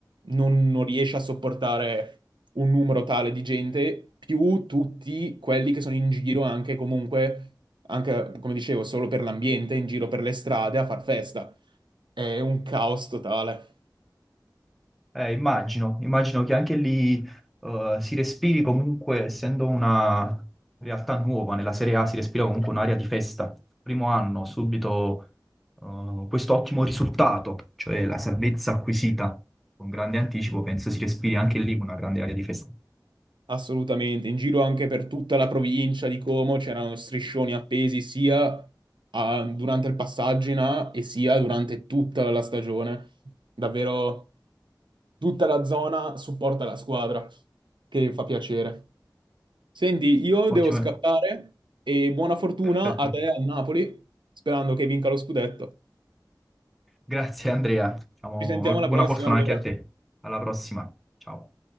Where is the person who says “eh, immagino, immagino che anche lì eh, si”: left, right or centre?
Centre